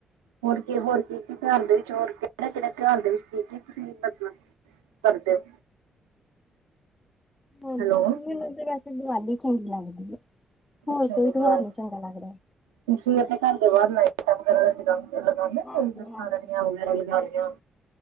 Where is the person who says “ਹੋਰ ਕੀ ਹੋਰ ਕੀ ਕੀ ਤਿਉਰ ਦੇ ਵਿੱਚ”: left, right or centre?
Right